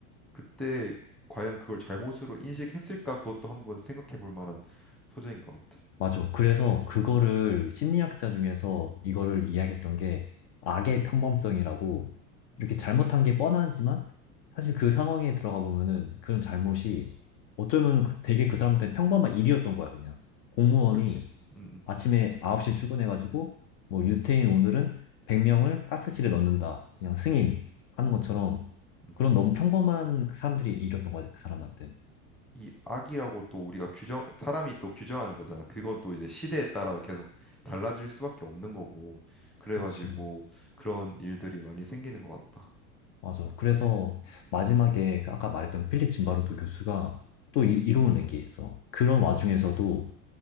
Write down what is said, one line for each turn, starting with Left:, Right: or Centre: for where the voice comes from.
Centre: 그때 과연 그걸 잘못으로 인식했을까 그것도 한번 생각해 볼 만한 소재인 것 같아
Left: 맞아. 그래서 그거를 심리학자 중에서 이거를 이야기했던 게 악의 평범성이라고 이렇게
Centre: 음
Left: 잘못한 게 뻔하지만 사실 그 상황에 들어가 보면은 그런 잘못이 어쩌면 그- 되게 그 사람한테 평범한 일이었던 거야, 그냥. 공무원이
Centre: 그렇지 음 음,
Left: 아침에 9시에 출근해가지고 뭐 유태인 오늘은 100명을 가스실에 넣는다. 그냥 승인 하는 것처럼
Centre: 음.
Left: 그런 너무 평범한 사람들이 일이었던 거지, 그 사람한테.
Centre: 이 악이라고 또 우리가 규정 사람이 또 규정하는 거잖아. 그건 또 이제 시대에 따라 계속 달라질 수밖에 없는 거고 그래가지고
Left: 그치.
Centre: 그런 일들이 많이 생기는 것 같다.
Left: 맞아. 그래서 마지막에 그 아까 말했던 필립 짐바르도 교수가 또
Centre: 음,
Left: 이, 이론을 낸 게 있어. 그런 와중에서도